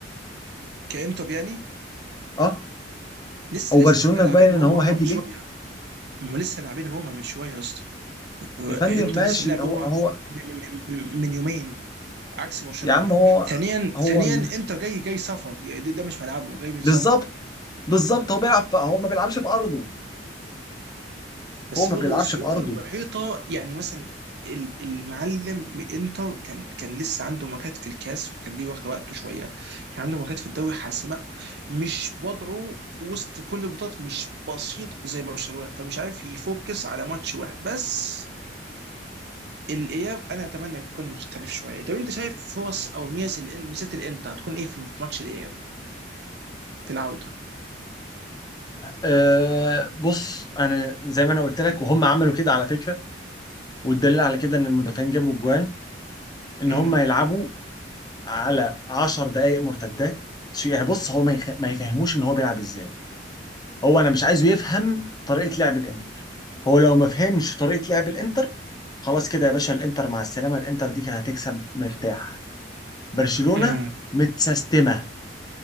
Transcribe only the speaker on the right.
كانتر يعني
لسه
لسه لاعبين
هما
هما من شويه
ما هو لسه لاعبين هما من شويه يا اسطى
انتوا
لسه ملاعب
هما
من, من, من يومين عكس برشلونه
ثانيا
ثانيا
انت جاي جاي سفر يعني ده ده مش ملعبه جاي من سفر
بس
برضه
الظروف
المحيطه يعني مثلا ال- المعلم من انتر كان كان لسه عنده ماتشات في الكاس وكان دي واخده وقته شويه كان عنده ماتشات في الدوري حاسمه مش وضعه وسط كل البطولات مش بسيط زي برشلونه فمش عارف يفوكس على ماتش واحد بس الاياب انا اتمنى يكون مختلف شويه طب انت شايف فرص او ميزه الان ميزات الانتر هتكون ايه في في ماتش الاياب في العوده
امم
امم